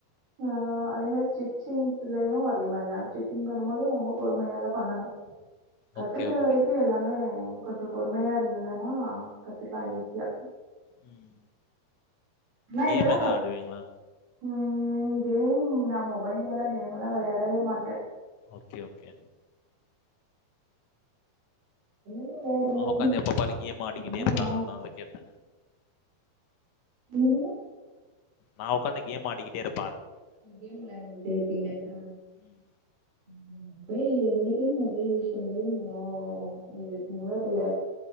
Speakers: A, on the right; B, on the left.
A: ஆ அதே மாரி ஸ்டிச்சிங் இதலயு அதே மாரி தா ஸ்டிச்சிங் போ நம்போ வந்து ரொம்ப பொறுமையாதா பண்ணனு கத்துக்கற
B: ஓகே, ஓகே.
A: வரைக்கு எல்லாமே கொஞ்சோ பொறுமையா இருந்துர்ந்தனா கத்துக்கலா ஈசியா
B: ம்
A: நா இதெல்லா
B: கேம் எதா
A: கத்
B: ஆடுவீங்களா?
A: ம் ம் நா மொபைல் எல்லா கேமெல்லா வெளையாடவே மாட்டே
B: ஓகே ஓகே
A: விளையாடுங்க
B: ஆ ஒக்காந்து
A: ம்
B: எப்ப பாரு கேம்மா ஆடிக்கிட்டே
A: என்னனா
B: இருப்பே அதனால்தா கேட்டே
A: என்னது
B: நா ஒக்காந்து கேம் ஆடிக்கிட்டே இருப்
A: கேம் வெளையாண்ட்டுட்டு இருப்பீங்க ஆ
B: ம்.
A: <unintelligible> Mobile any time mobile use பண்றது நல்லா வேனா <unintelligible> உலோத்துல்ல